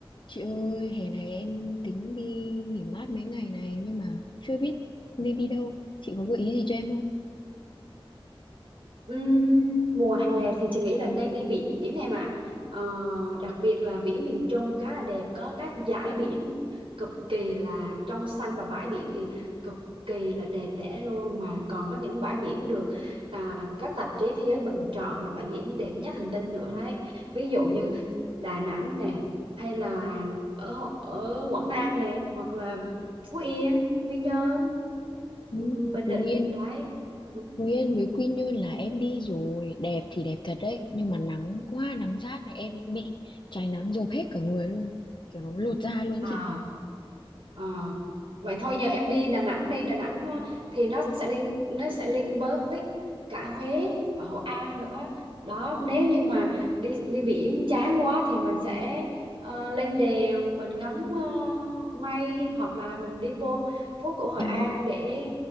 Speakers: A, on the left; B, on the right.
A: Chị ơi, hè này em tính đi nghỉ mát mấy ngày này nhưng mà chưa biết nên đi đâu. Chị có gợi ý gì cho em không?
B: Ừm, mùa hè thì chị nghĩ là nên đi biển em ạ Ờ, đặc biệt là biển miền Trung khá là đẹp có các dải biển cực kỳ là trong xanh và bãi biển thì cực kỳ là đẹp đẽ luôn mà còn có những bãi biển được à, các tạp chí thế giới bình chọn là bãi biển đẹp nhất hành tinh nữa đấy ví dụ như Đà Nẵng nè hay là ở Ho- ở Quảng Nam nè hoặc là Phú Yên Quy Nhơn
A: Ừ,
B: ừm, Bình
A: Phú
B: Định
A: Yên,
B: đấy Ừm.
A: Phú Yên với Quy Nhơn là em đi rồi, đẹp thì đẹp thật đấy, nhưng mà nắng quá, nắng rát này em bị cháy nắng rộp hết cả người luôn, kiểu nó lột da luôn
B: À,
A: chị.
B: Ờ, vậy thôi giờ em đi Đà Nẵng đi Đà Nẵng ờ, thì nó sẽ link nó sẽ link với cả Huế và Hội An nữa đó nếu như mà đi đi biển chán quá thì mình sẽ ờ, lên đèo mình ngắm ờ, mây hoặc là mình đi vô phố cổ Hội An
A: Ừ,
B: để